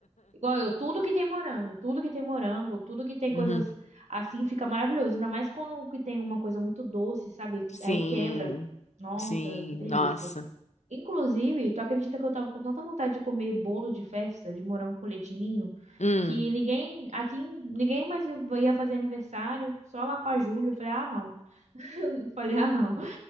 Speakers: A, on the right (about 85°); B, on the left (about 80°).
A: Igual eu, tudo que tem morango, tudo que tem morango, tudo que tem
B: Uhum.
A: coisas assim fica maravilhoso. Ainda mais quando que tem uma coisa muito doce, sabe?
B: Sim,
A: Aí quebra. Nossa,
B: sim,
A: que delícia.
B: nossa.
A: Inclusive, tu acredita que eu tava com tanta vontade de comer bolo de festa de morango com leitinho,
B: Hum,
A: que ninguém aqui, ninguém mais ia fazer aniversário, só lá pra julho. Eu falei: "Ah, não". <laughs> Falei: "Ah, não".